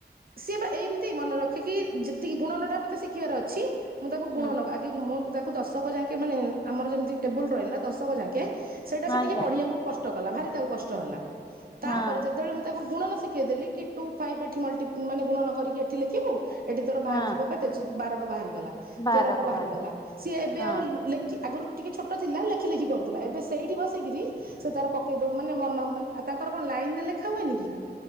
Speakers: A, on the right; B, on the left.
A: ସିଏ ବା ଏମତି ମନେ ରଖିକି ଯେତିକି ଗୁଣନ ଟା ମତେ ଶିଖିବାର ଅଛି ମୁଁ ତାକୁ ଗୁଣନ
B: ହୁଁ
A: ଆଗେ ମୁଁ ତା କ୍ ଦଶକ ଯାଙ୍କେ ମାନେ ଆମର ଯେମିତି ଟେବଲ ରହିଲା ଦଶକ ଯାଙ୍କେ ସେଇଟା ସେ
B: ଆଜ୍ଞା
A: ଟିକେ ପଢିବାକୁ କଷ୍ଟ କଷ୍ଟ କଲା ଭାରି ତାକୁ କଷ୍ଟ ହେଲା। ତାପରେ
B: ହଁ
A: ଯେତେବେଳେ ମୁଁ ତା ଗୁଣନ ଶିଖେଇଦେଲି କି ଟୁ ଫାଈଭ୍ ଏଠି ମଲ ମାନେ ଗୁଣନ କରିକି ଏଠି ଲେଖିବୁ ଏଠି ତୋର ବାହାରିଯିବ
B: ହଁ
A: କେତେ ବାରକ ବାହାରେ ଗ
B: ବାରକୁ
A: ତେରକ ବାହାରିଗଲା
B: ବାର
A: ସିଏ ଏବେ
B: ହଁ
A: ଆଉ ଲେଖି ଆଗରୁ ଟିକେ ଛୋଟ ଥିଲା ଲେଖି ଲେଖି କରୁଥିଲା ।ଏବେ ସେଇଠି ବସିକିରି ସେ ତାର ପକେଇ ଦଉ ମାନେ ମନ ମାନେ ତାଙ୍କର କଣ ଲାଇନ ଲେଖା ହୁଏନି କି